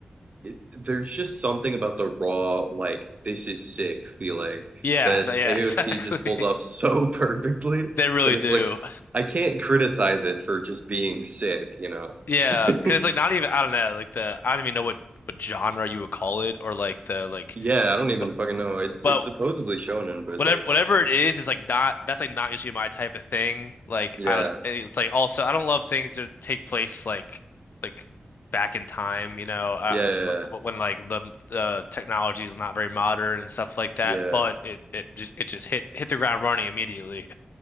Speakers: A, on the right (about 45°); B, on the left (about 75°).
A: it, there's just something about the raw, like, this is sick feeling
B: Yeah,
A: that
B: th- yeah,
A: AOT
B: <laughs> exactly.
A: just pulls off <laughs> so perfectly
B: They really
A: that
B: do.
A: it's like, I can't criticize it for just being sick, you know?
B: Yeah,
A: <laughs>
B: because it's like not even I don't know like the I don't even know what what genre you would call it or like the like
A: Yeah, I don't even
B: but,
A: fucking know. It's
B: but
A: it's supposedly shonen, but
B: whatever
A: like,
B: whatever it is is like not that's like not usually my type of thing. Like
A: yeah,
B: I don't it's like also I don't love things that take place like like back in time, you know, uh,
A: yeah, yeah,
B: wh- when like the the technology is not very modern and stuff like that.
A: yeah.
B: But it it just, it just hit hit the ground running immediately.